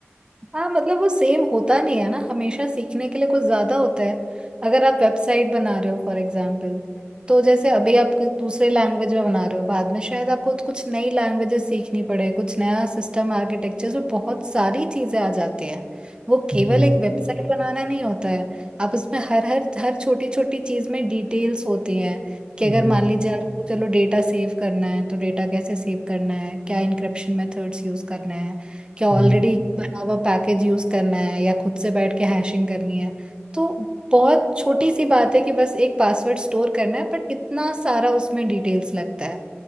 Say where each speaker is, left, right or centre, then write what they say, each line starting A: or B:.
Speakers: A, on the right; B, on the right.
A: हाँ मतलब वो सेम होता नहीं है ना हमेशा सीखने के लिए कुछ ज्यादा होता है अगर आप वेबसाइट बना रहे हो फॉर एग्जाम्पल तो जैसे अभी आप कुछ दूसरे लैंग्वेज में बना रहे हो बाद में शायद आपको तो कुछ नई लैंग्वेजेस सीखनी पड़े कुछ नया सिस्टम आर्किटेक्चर तो बहुत सारी चीजें आ जाती हैं वो केवल
B: हम्म
A: एक वेबसाइट बनाना नहीं होता है आप उसमें हर हर हर छोटी छोटी चीज में डिटेल्स होती हैं कि
B: हम्म
A: अगर मान लीजिए आपको चलो डेटा सेव करना है तो डेटा कैसे सेव करना है क्या इनक्रिप्शन मेथड्स यूज करना है क्या ऑलरेडी
B: हम्म
A: बना हुआ पैकेज यूज करना है या खुद से बैठ के हैशिंग करनी है तो बहुत छोटी सी बात है कि बस एक पासवर्ड स्टोर करना है बट इतना सारा उसमें डिटेल्स लगता है